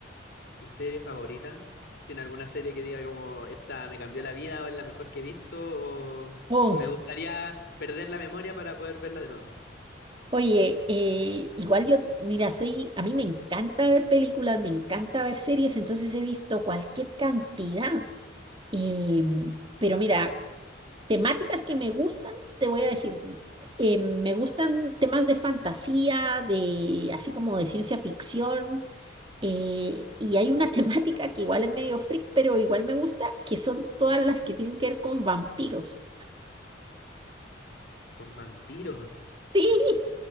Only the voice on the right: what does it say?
Oh,
oye, eh, igual yo, mira, soy, a mí me encanta ver películas, me encanta ver series, entonces he visto cualquier cantidad. Y, pero mira, temáticas que me gustan, te voy a decir, eh, me gustan temas de fantasía, de así como de ciencia ficción, eh, y hay una <laughs> temática que igual es medio freak, pero igual me gusta, que son todas las que tienen que ver con vampiros.
Sí,